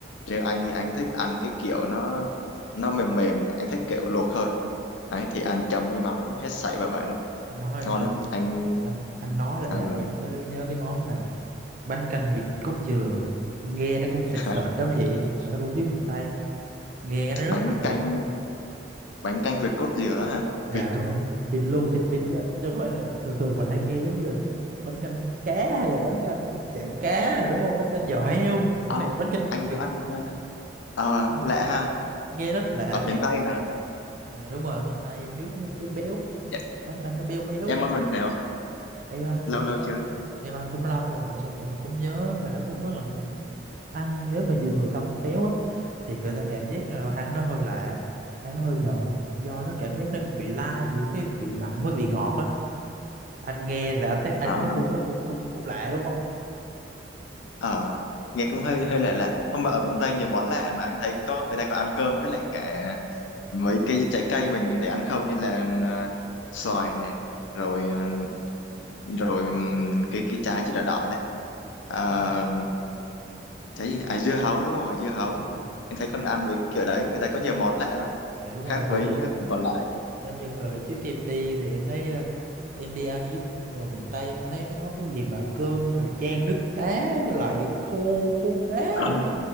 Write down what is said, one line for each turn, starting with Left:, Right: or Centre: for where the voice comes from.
Left: riêng anh thì anh thích ăn cái kiểu nó nó mềm mềm anh thích kiểu luộc hơn đấy thì ăn chấm với mắm hết sảy bà bảy luôn
Right: Nói
Left: ngon
Right: anh
Left: lắm anh
Right: anh anh nói lại
Left: ừ,
Right: làm em tới nhớ cái món là bánh canh vịt cốt dừa nghe nó cũng sệt
Left: Hả?
Right: sệt lắm vậy mà nó cũng tiếng miền Tây nghe nó rất
Left: Bánh
Right: là hấp dẫn
Left: canh
Right: luôn
Left: bánh canh việt cốt dừa hả?
Right: dạ
Left: Vịt.
Right: đúng rồi vịt luôn thịt vịt á chứ không phải là thường thường mình hay nghe giống như là bánh canh cá hay là bánh canh chả cá rồi đúng không bánh canh giò heo còn
Left: À,
Right: cái này là bánh canh
Left: anh
Right: thịt vịt
Left: có ăn ờ
Right: đó
Left: lạ ha.
Right: nghe rất lạ
Left: Ở miền
Right: vậy em
Left: Tây hả?
Right: dạ đúng rồi ở miền Tây nước nó béo béo
Left: Dạ,
Right: bánh canh nó béo béo
Left: Em ăn hồi nào?
Right: em ăn
Left: Lâu
Right: thì cái
Left: lâu
Right: đó
Left: chưa?
Right: em ăn cũng lâu rồi nhưng mà em cũng nhớ là nó cũng rất là ăn nếu mà nhiều người tâm thích béo á thì người ta cảm giác là ăn nó hơi lạ ăn nó hơi nhợn do nó cảm giác nó bị lai giữa cái vị mặn với vị ngọt á anh nghe là anh thấy anh
Left: Ờ
Right: thấy cũng nó cũng cũng cũng lạ đúng không
Left: ờ nghe cũng hơi hơi lạ lạ. Không mà ở miền Tây nhiều món lạ mà anh thấy có người ta còn ăn cơm với lại cả mấy cái trái cây mình để ăn không như là ờ, xoài nè, rồi ờ, rồi ừm, cái cái trái chứ đỏ đỏ ta. Ờ,
Right: Trái dưa hấu.
Left: trái gì à dưa hấu đúng rồi dưa hấu
Right: Đúng rồi.
Left: anh thấy còn ăn với kiểu đấy người ta có nhiều món lạ lắm
Right: dạ đúng
Left: khác
Right: rồi bữa
Left: với phần còn lại
Right: em như vừa hồi trước em đi thì em thấy ờ, em đi ăn giúp đồ miền Tây em thấy nó có cái gì mà cơm rồi chan nước đá với lại khô khô cá
Left: ăn
Right: rồi đó
Left: mà.